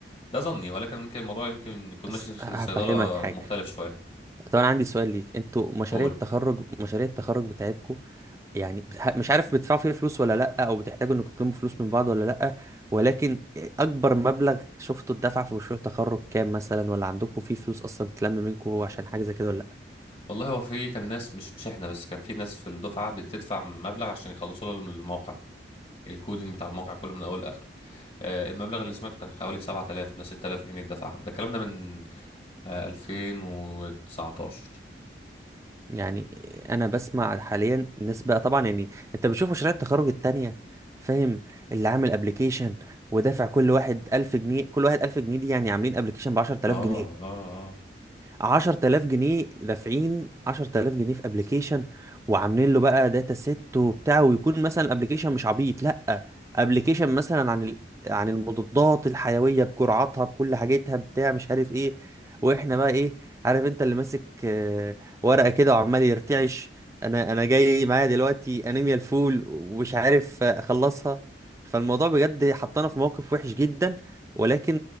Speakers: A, on the left; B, on the right.
A: ده ظني ولكن ممكن الموضوع يمكن يكون
B: أس-
A: ماشي في
B: هفهمك
A: الصيدله
B: حاجة
A: مختلف شويه
B: طبعا عندي سؤال ليك انتوا مشاريع
A: قول
B: التخرج مشاريع التخرج بتاعتكم يعني بتح- مش عارف بتدفعوا فيها فلوس ولا لأ أو بتحتاجوا إنكم تلموا فلوس من بعض ولا لأ ولكن أكبر مبلغ شفته اتدفع في مشروع تخرج كام مثلا ولا عندكم فيه فلوس أصلا بتلم منكم عشان حاجة زي كده ولا لأ
A: والله هو في كان ناس مش مش احنا بس كان في ناس في الدفعه بتدفع مبلغ عشان يخلصوا لها الموقع الكودينج بتاع الموقع كله من اول لاخره آه، المبلغ اللي سمعته كان حوالي 7000 ولا 6000 جنيه دفعها ده الكلام ده من آه، 2019
B: يعني أنا بسمع حاليا الناس بقى طبعا يعني أنت بتشوف مشاريع التخرج التانية فاهم اللي عامل ابلكيشن ودافع كل واحد 1000 جنيه كل واحد 1000 جنيه دي يعني عاملين ابلكيشن ب 10000
A: اه
B: جنيه
A: اه اه
B: 10000 جنيه دافعين 10000 جنيه في ابلكيشن وعاملين له بقى داتا سيت وبتاع ويكون مثلا الابلكيشن مش عبيط لا ابلكيشن مثلا عن ال... عن المضادات الحيويه بجرعاتها بكل حاجتها بتاع مش عارف ايه واحنا بقى ايه عارف انت اللي ماسك آه، ورقه كده وعمال يرتعش انا انا جاي معايا دلوقتي انيميا الفول ومش عارف آه، اخلصها فالموضوع بجد حطنا في موقف وحش جدا ولكن